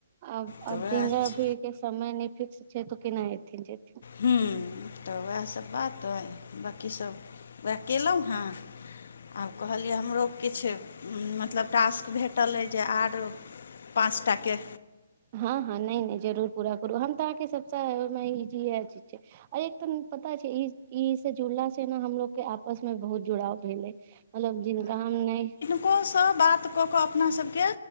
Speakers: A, on the right; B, on the left.
A: आब-
B: तऽ
A: आब
B: वएह
A: जिनका
B: छै
A: भी- एक समय नै फिक्स छै तऽ केना ऐथिन जेथिन।
B: हूँ तऽ वएह सब बात अइ। बाकी सब वएह केलो हेॅं आब कहलियै हमरो किछ। मतलब टास्क भेटल अइ जे आर पाँचटा के
A: ह‌ँ, हँ नैय नैय जरूर पूरा करू हम तऽ आहाँके सब से मायन लिय इहे चीज छैय। अइ ठुम पता छै इ ई से जुड़ला से न हमलोग के आपस में बहुत जुड़ाव भेलै। मतलब जिनका नैह
B: ओ सब बात कऽ कऽ अपना सब के